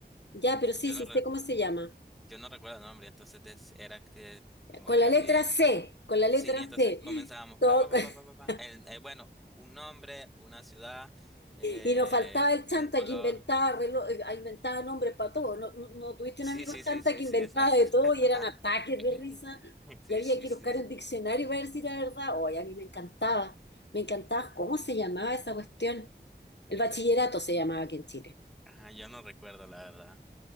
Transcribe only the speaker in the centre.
yo
no re-
yo no recuerdo el nombre, entonces des- era que como
que
alguien.
Sí, y entonces
comenzábamos
pa pa pa
pa pa pa. pa, el- eh, bueno, un nombre, una ciudad, eh,
un color.
<laughs>
Sí,
sí, sí,
sí,
sí,
exacto.
<laughs>
Ey.
Sí,
sí,
sí.
Ajá, yo no recuerdo la verdad.